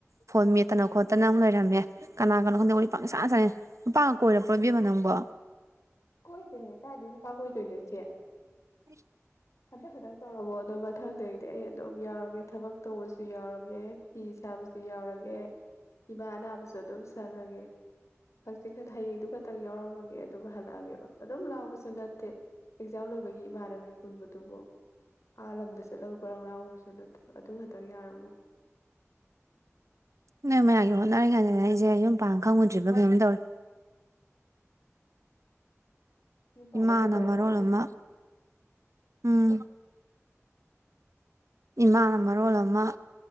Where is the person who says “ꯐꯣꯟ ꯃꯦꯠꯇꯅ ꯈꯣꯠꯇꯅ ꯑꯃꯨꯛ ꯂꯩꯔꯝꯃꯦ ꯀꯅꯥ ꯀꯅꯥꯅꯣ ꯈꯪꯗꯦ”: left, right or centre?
Right